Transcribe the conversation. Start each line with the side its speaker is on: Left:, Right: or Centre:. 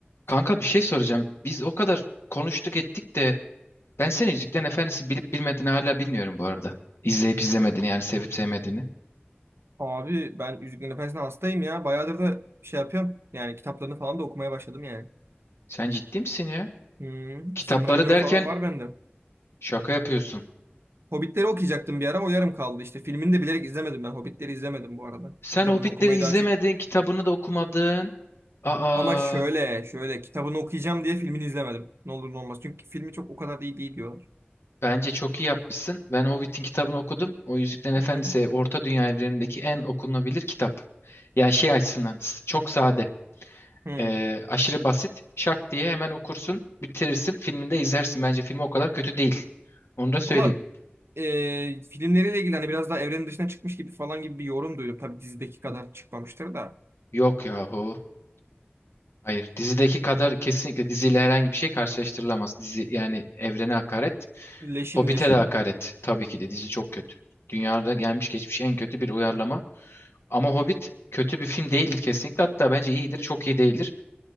Left: Kanka bir şey soracağım. Biz o kadar konuştuk ettik de ben senin Yüzüklerin Efendisi bilip bilmediğini hala bilmiyorum bu arada. İzleyip izlemediğini yani sevip sevmediğini.
Right: Abi ben Yüzüklerin Efendisi'ne hastayım ya. Bayağıdır da şey yapıyorum. Yani kitaplarını falan da okumaya başladım yani.
Left: Sen ciddi misin ya?
Right: Hmm,
Left: Kitapları
Right: Silmarillion
Left: derken
Right: falan var bende.
Left: şaka yapıyorsun.
Right: Hobbitleri okuyacaktım bir ara o yarım kaldı. işte. filmini de bilerek izlemedim ben. Hobbitleri izlemedim bu arada.
Left: Sen
Right: Kitabını
Left: Hobbitleri
Right: okumayı
Left: izlemedin,
Right: daha çok...
Left: kitabını da okumadın. Aa,
Right: Ama şöyle şöyle kitabını okuyacağım diye filmini izlemedim. Ne olur ne olmaz. Çünkü filmi çok o kadar da iyi değil diyorlar.
Left: bence çok iyi yapmışsın. Ben Hobbit'in kitabını okudum. O Yüzüklerin Efendisi
Right: Hı hı.
Left: Orta Dünya evrenindeki en okunabilir kitap. Yani şey açısından s- çok sade.
Right: Hı.
Left: Ee, aşırı basit. Şak diye hemen okursun, bitirirsin, filminde izlersin. Bence film o kadar kötü değil. Onu da söyleyeyim.
Right: Valla e, filmleriyle ilgili hani biraz daha evrenin dışına çıkmış gibi falan gibi bir yorum duydum. Tabii dizideki kadar çıkmamıştır da.
Left: Yok yahu. Hayır. Dizideki kadar kesinlikle diziyle herhangi bir şey karşılaştırılamaz. Dizi yani evrene hakaret.
Right: Leşin
Left: Hobbit'e
Right: leşi.
Left: de hakaret. Tabii ki de dizi çok kötü. Dünyada gelmiş geçmiş en kötü bir uyarlama. Ama Hobbit kötü bir film değildir kesinlikle. Hatta bence iyidir. Çok iyi değildir.